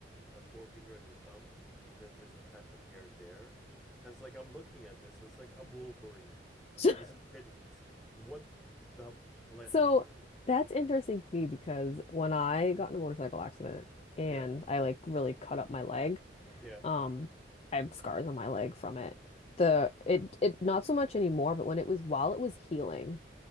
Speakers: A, in the centre; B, on the left.
A: the forefinger and the thumb, and then there's a patch of hair there. And it's like I'm looking at this. It's like I'm Wolverine.
B: <laughs>
A: This is hideous. What the like?
B: So
A: mm,
B: that's interesting to me because when I got in a motorcycle accident and
A: yeah,
B: I like really cut up my leg,
A: yeah,
B: um, I have scars on my leg from it. The it it not so much anymore, but when it was while it was healing,